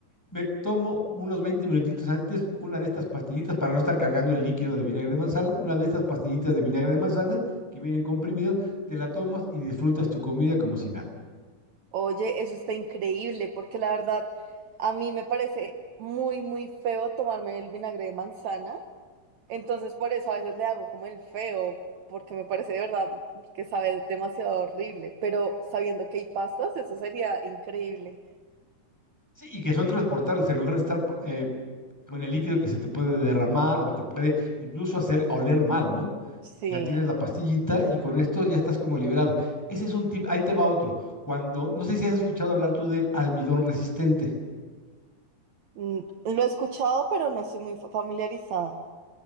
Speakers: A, in the centre; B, on the right.
A: me tomo unos 20 minutitos antes una de estas pastillitas para no estar cargando el líquido de vinagre de manzana, una de estas pastillitas de vinagre de manzana que vienen comprimidos, te la tomas y disfrutas tu comida como si nada.
B: Oye, eso está increíble, porque la verdad a mí me parece muy, muy feo tomarme el vinagre de manzana. Entonces por eso a veces le hago como el feo, porque me parece de verdad que sabe demasiado horrible. Pero sabiendo que hay pastas, eso sería increíble.
A: Sí, y que son transportables en lugar de estar eh, con el líquido que se te puede derramar o te puede incluso hacer oler mal, ¿no?
B: Sí.
A: ya tienes la pastillita y con esto ya estás como liberado. Ese es un tip, ahí te va otro. Cuando, no sé si has escuchado hablar tú del almidón resistente.
B: Mm, Lo he escuchado, pero no estoy muy fa- familiarizada.